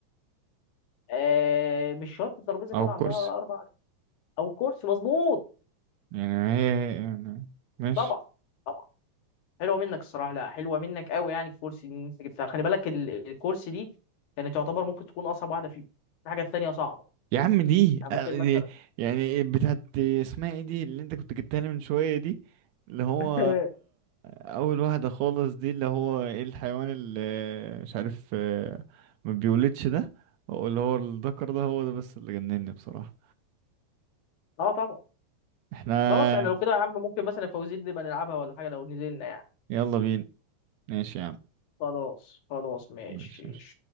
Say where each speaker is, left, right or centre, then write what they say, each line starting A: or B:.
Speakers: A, on the left (about 85°); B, on the right (about 75°).
A: آه، مش شرط الترابيزه يكون
B: أو الكرسي
A: عندها اربع أرجل. او كرسي مظبوط
B: يعني هي هي- يعني ماشي
A: طبعا طبعا حلوه منك الصراحه لا حلوه منك قوي يعني الكورس اللي انت جبتها خلي بالك ال- الكورس دي كانت تعتبر ممكن تكون اصعب واحده فيهم في حاجات تانية صعبه
B: يا عم دي,
A: يعني
B: آه،
A: ممكن
B: دي
A: مثلا
B: يعني بتاعت اسمها ايه دي اللي انت كنت جبتها لي من شوية دي اللي هو
A: <laughs>
B: أول واحدة خالص دي اللي هو ايه الحيوان اللي مش عارف آه، ما بيولدش ده اللي هو الذكر ده هو ده بس اللي جنني بصراحة
A: اه طبعا
B: احنا
A: خلاص احنا لو كده يا عم ممكن مثلا فوزير دي ما نلعبها ولا حاجه لو نزلنا يعني
B: يلا بينا ماشي يا عم
A: خلاص خلاص ماشي
B: ماشي